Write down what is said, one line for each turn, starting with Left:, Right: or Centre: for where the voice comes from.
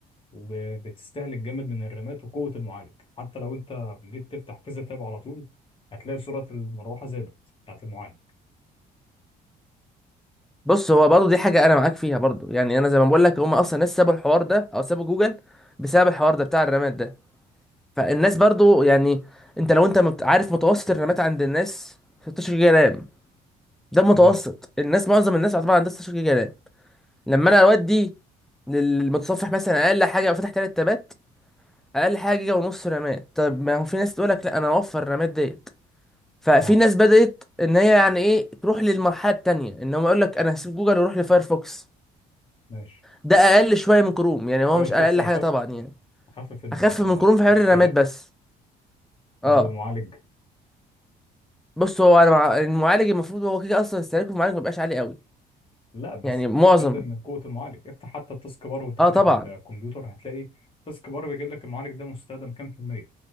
Left: وب- بتستهلك جامد من الرامات وقوه المعالج حتى لو انت جيت تفتح كذا تاب على طول هتلاقي سرعه المروحه زادت بتاعت المعالج
Centre: بص هو برضه دي حاجه انا معاك فيها برضه يعني انا زي ما بقول لك هم اصلا ناس سابوا الحوار ده او سابوا جوجل بسبب الحوار ده بتاع الرامات ده فالناس برضو يعني انت لو انت مت- عارف متوسط الرامات عند الناس 16 جيجا رام ده المتوسط
Left: تمام
Centre: الناس معظم الناس طبعا عندها 16 جيجا رام لما انا اودي للمتصفح مثلا اقل حاجه لو فتح 3 تابات اقل حاجه جيجا ونص رامات طب ما هو في ناس تقول لك لا انا اوفر الرامات ديت ففي
Left: اه
Centre: ناس بدات ان هي يعني ايه تروح للمرحله التانيه ان هم يقول لك انا هسيب جوجل واروح لفايرفوكس
Left: ماشي
Centre: ده اقل شويه من كروم يعني هو
Left: فايرفوكس
Centre: مش اقل
Left: اخف
Centre: حاجه طبعا يعني
Left: اخفف ال-
Centre: اخف من كروم في حوار
Left: الاستهلاك
Centre: الرامات بس
Left: طب
Centre: اه
Left: والمعالج
Centre: بص هو انا مع... المعالج المفروض هو كده اصلا استهلاكه في المعالج ما بيبقاش عالي قوي
Left: لا بس
Centre: يعني معظم
Left: بتستخدم من قوه المعالج افتح حتى التاسك بار وانت
Centre: اه
Left: فاتح
Centre: طبعا
Left: الكمبيوتر هتلاقي التاسك بار بيجيب لك المعالج ده مستخدم كام في الميه